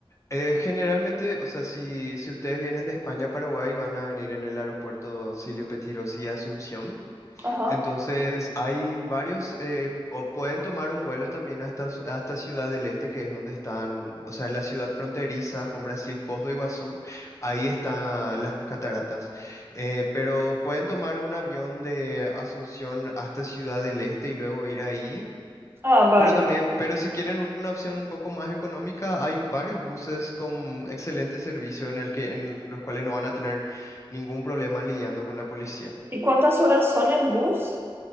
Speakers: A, on the left; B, on the right.
A: eh, generalmente, o sea, si, si ustedes vienen de España a Paraguay, van a venir en el aeropuerto Silvio Pettirossi y Asunción.
B: Ajá.
A: Entonces, hay varios, eh, o pueden tomar un vuelo también hasta, Su- hasta Ciudad del Este, que es donde están, o sea, en la ciudad fronteriza con Brasil, Foz do Iguazú, ahí están las cataratas. Eh, pero pueden tomar un avión de Asunción hasta Ciudad del Este y luego ir ahí.
B: Ah, vale.
A: Pero también, pero si quieren una opción un poco más económica, hay varios buses con excelente servicio en el que, en los cuales no van a tener ningún problema lidiando con la policía.
B: ¿Y cuántas horas son en bus?